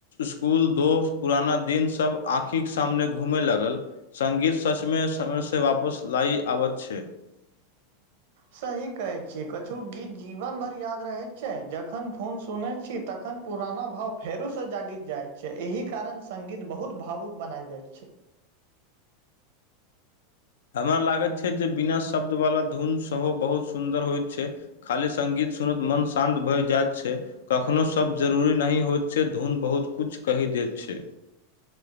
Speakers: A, on the left; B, on the right.
A: स्कुल दोस्त पुराना दिनसभ आँखिके सामने घूमय लगल सङ्गीत सचमे समयसँ वापस लाइ आबैत छै <inaudible>
B: सही कहैत छियै कछु गीत जीवन भर याद रहैत छै जखन फोन सुनैत छी तखन। पुराना भाव फेरो से जागि जाय छै एहि कारण सगीत बहुत भावुक बनाय देय छै।
A: हमरा लागैत छै जे बिना शब्द वालला धुन सेहो बहुत सुन्दर होइत छै। खाली संगीतसुनत मन शान्त भए जायइत छै। कखनो शब्द जरूरी नहि होइत छै धुन बहुत किछु कहि दैत छै